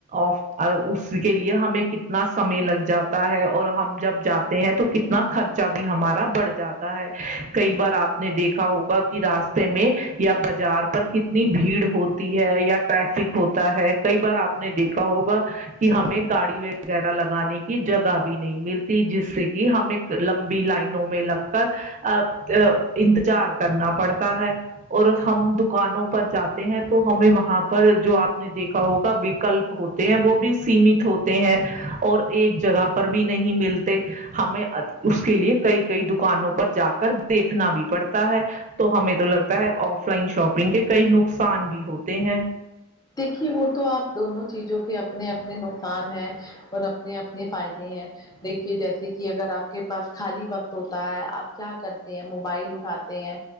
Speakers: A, on the right; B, on the left.
A: آف اور اس کے لیے ہمیں کتنا سمے لگ جاتا ہے اور ہم جب جاتے ہیں تو کتنا خرچہ بھی ہمارا بڑھ جاتا ہے کئی بار آپ نے دیکھا ہوگا کہ راستے میں یا بازار پر کتنی بھیڑ ہوتی ی ہے یا ٹریفک ہوتا ہے کئی بار آپ نے دیکھا ہوگا کہ ہمیں گاڑی وغیرہ لگانے کی جگہ بھی نہیں ملتی جس سے کہ ہمیں لمبی لائنوں میں لگ کر انتظار کرنا پڑتا ہے اور ہم دکانوں پر جاتے ہیں تو ہمیں وہاں پر جو آپ نے دیکھا ہوگا وکلپ ہوتے ہیں وہ بھی سیمت ہوتے ہیں اور ایک جگہ پر بھی نہیں ملتے ہمیں اس کے لیے کئی کئی دکانوں پر جا کر دیکھنا بھی پڑتا ہے تو ہمیں تو لگتا ہے آف لائن شاپنگ کے کئی نقصان بھی ہوتے ہیں
B: دیکھیے وہ تو آپ دونوں چیزوں کے اپنے اپنے نقصان ہیں اور اپنے اپنے فائدے ہیں دیکھیے جیسے کہ اگر آپ کے پاس خالی وقت ہوتا ہے آپ کیا کرتے ہیں موبائل اٹھاتے ہیں